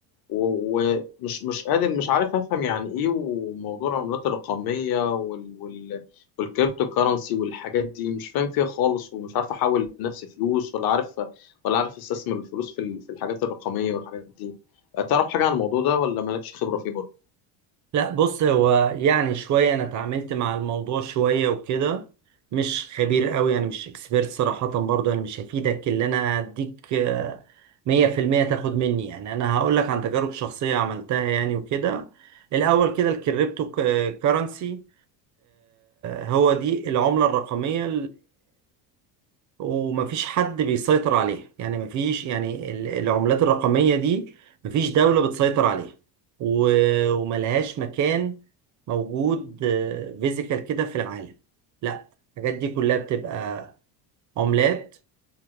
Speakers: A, on the left; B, on the right.
A: و- ومش مش قادر مش عارف افهم يعني ايه وموضوع العملات الرقميه وال وال والكريبتو كارنسي والحاجات دي مش فاهم فيها خالص ومش عارف احول لنفسي فلوس ولا عارف ولا عارف استثمر الفلوس في ال- في الحاجات الرقميه والحاجات دي تعرف حاجه عن الموضوع ده ولا مالكش خبره فيه برضه
B: لا بص هو يعني شوية أنا اتعاملت مع الموضوع شوية وكده مش خبير قوي يعني مش اكسبيرت صراحة برضه أنا مش هفيدك اللي أنا أديك آه، مية في المية تاخد مني يعني أنا هقولك عن تجارب شخصية عملتها يعني وكده الأول كده الكريبتو كارنسي هو دي العملة الرقمية ومفيش حد بيسيطر عليها يعني مفيش يعني ال- العملات الرقمية دي مفيش دولة بتسيطر عليها و- وملهاش مكان موجود فيزيكال كده في العالم لا الحاجات دي كلها بتبقى عملات